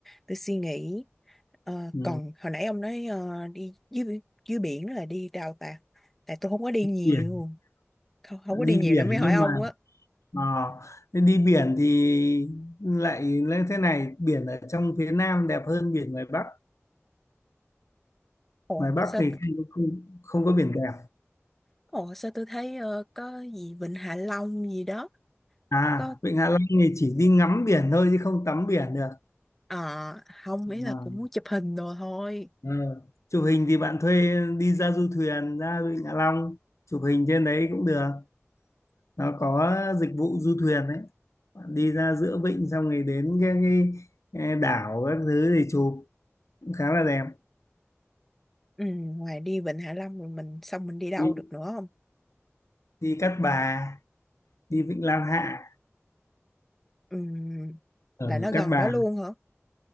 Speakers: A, in the centre; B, on the left (about 80°).
A: tôi suy nghĩ Ờ,
B: ừ.
A: còn hồi nãy ông nói ờ, đi dưới bi- dưới biển là đi đâu ta tại tôi không có đi nhiều
B: biển
A: không, không
B: đi
A: có đi nhiều
B: biển
A: nên mới hỏi
B: nhưng
A: ông
B: mà
A: á
B: Ờ, thế đi biển thì lại lên thế này biển ở trong phía Nam đẹp hơn biển ngoài Bắc
A: ồ
B: ngoài Bắc
A: sao
B: thì không, có- không, không có biển đẹp
A: ồ sao tôi thấy ờ, có gì Vịnh Hạ Long gì đó
B: à
A: có
B: Vịnh Hạ Long thì chỉ đi ngắm biển thôi chứ không tắm biển được
A: ờ, không ý là
B: à,
A: cũng muốn chụp hình đồ thôi
B: ờ. chụp hình thì bạn thuê đi ra du thuyền ra Vịnh Hạ Long chụp hình trên đấy cũng được nó có dịch vụ du thuyền đấy bạn đi ra giữa vịnh xong rồi đến cái, cái, cái đảo các thứ thì chụp cũng khá là đẹp
A: ừ, ngoài đi Vịnh Hạ Long rồi mình xong mình đi đâu
B: đi
A: được nữa không
B: đi Cát Bà đi Vịnh Lan Hạ
A: Ừm,
B: ở
A: là nó gần
B: Cát Bà
A: đó luôn hả?